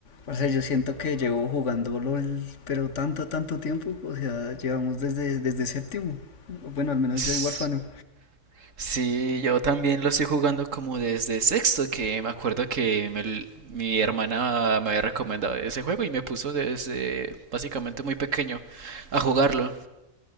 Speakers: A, on the left; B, on the right.
A: O sea, yo siento que llevo jugando LOL, pero tanto, tanto tiempo. O sea, llevamos desde, desde séptimo. Bueno, al menos
B: S-
A: yo y Warfano.
B: Sí, yo también lo estoy jugando como desde sexto, que me acuerdo que me l- mi hermana me había recomendado ese juego y me puso desde básicamente muy pequeño a jugarlo.